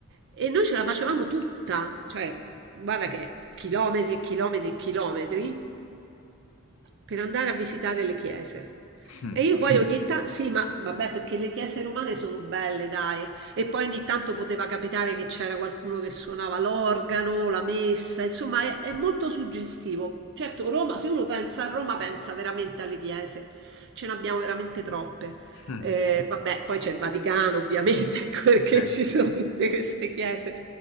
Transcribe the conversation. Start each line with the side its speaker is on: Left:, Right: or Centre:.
Right: e noi ce la facevamo tutta, cioè, guarda che chilometri e chilometri e chilometri per andare a visitare le chiese.
Left: mm,
Right: E io poi ogni tanto, sì, ma vabbè, perché le chiese romane sono belle, dai. E poi ogni tanto poteva capitare che c'era qualcuno che suonava l'organo, la messa, insomma, è, è molto suggestivo. Certo, Roma, se uno pensa a Roma, pensa veramente alle chiese. Ce ne abbiamo veramente troppe.
Left: mm,
Right: Eh, vabbè, poi c'è il Vaticano, ovviamente, <laughs> ecco perché
Left: eh,
Right: ci sono tutte queste chiese.